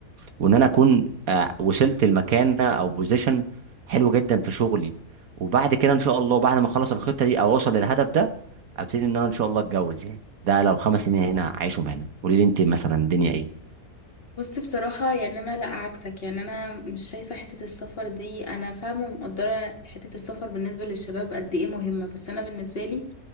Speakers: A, on the right; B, on the left.
A: وان انا اكون آه، وصلت لمكانه او بوزيشن حلو جدا في شغلي وبعد كده ان شاء الله بعد ما اخلص الخطه دي او اوصل للهدف ده ابتدي ان انا ان شاء الله اتجوز يعني ده لو خمس سنين هنا عايشهم هنا قولي لي انت مثلا الدنيا ايه
B: بص بصراحة يعني أنا لأ عكسك يعني أنا مش شايفة حتة السفر دي أنا فاهمة ومقدرة حتة السفر بالنسبة للشباب قد إيه مهمة بس أنا بالنسبة لي